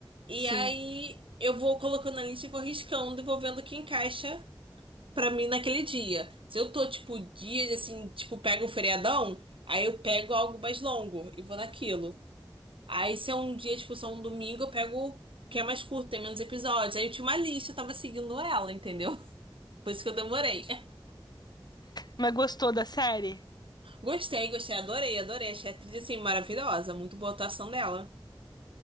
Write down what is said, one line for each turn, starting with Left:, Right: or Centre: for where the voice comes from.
Right: E
Left: sim.
Right: aí eu vou colocando na lista e vou riscando e vou vendo o que encaixa pra mim naquele dia. Se eu tô, tipo, dias assim, tipo, pego um feriadão, aí eu pego algo mais longo e vou naquilo. Aí se é um dia, tipo, se é um domingo, eu pego o que é mais curto, tem menos episódios. Aí eu tinha uma lista, eu tava seguindo ela, entendeu? <laughs> Por isso que eu demorei.
Left: Mas gostou da série?
Right: <laughs> Gostei, gostei, adorei, adorei. Achei a atriz, assim, maravilhosa. Muito boa a atuação dela.